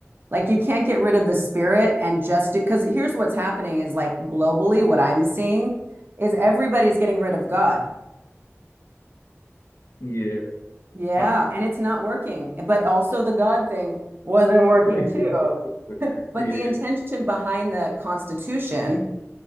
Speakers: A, on the right (about 45°); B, on the left (about 60°).
A: Like you can't get rid of the spirit and just because here's what's happening is like globally, what I'm seeing is everybody's getting rid of God.
B: yeah,
A: Yeah,
B: uh,
A: and it's not working. But also the God thing wasn't working
B: <laughs>
A: too. But
B: yeah,
A: the intention behind the Constitution,